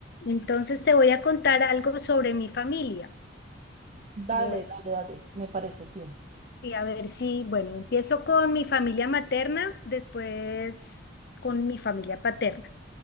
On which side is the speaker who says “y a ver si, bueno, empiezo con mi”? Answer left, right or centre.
Left